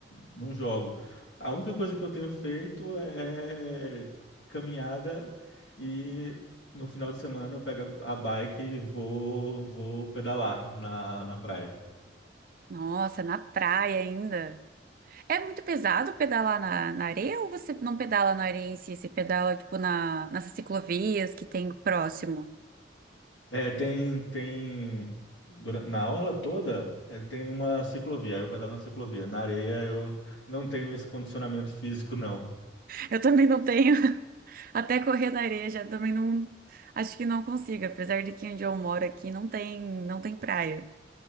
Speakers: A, on the left (about 80°); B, on the right (about 50°).
A: não jogo. A única coisa que eu tenho feito é caminhada e no final de semana eu pego a a bike e vou, vou pedalar na, na praia.
B: Nossa, na praia ainda. É muito pesado pedalar na, na areia ou você não pedala na areia em si? Você pedala, tipo, na, nessas ciclovias que tem próximo?
A: É, tem, tem, dura- na orla toda, é, tem uma ciclovia, eu pedalo na ciclovia. Na areia eu não tenho esse condicionamento físico, não.
B: Eu também não tenho. Até correr na areia já também não. Acho que não consigo, apesar de que onde eu moro aqui não tem, não tem praia.